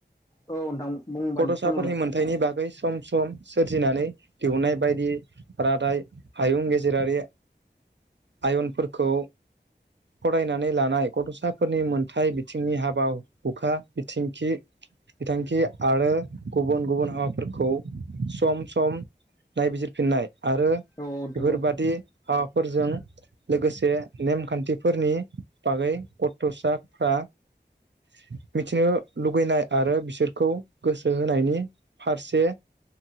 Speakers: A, on the left; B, on the right.
A: औ नोंथां बुंबानो
B: गथसाफोरनि
A: बुंलां
B: मोनथायनि बागै सम सम सोरजिनानै दिहुननाय बायदि रादाय हायुं गेजेरारि आयनफोरखौ फरायनानै लानाय गथ'साफोरनि मोनथाय बिथिंनि हाबा हुखा बिथिंखि बिथांखि आरो गुबुन गुबुन हाबाफोरखौ सम सम नायबिजिरफिननाय आरो
A: औ नोंथां
B: बेफोरबादि
A: औ
B: हाबाफोरजों लोगोसे नेमखान्थिफोरनि बागै गथ'साफ्रा <unintelligible> मिथिनो लुगैनाय आरो बिसोरखौ गोसो होनायनि फारसे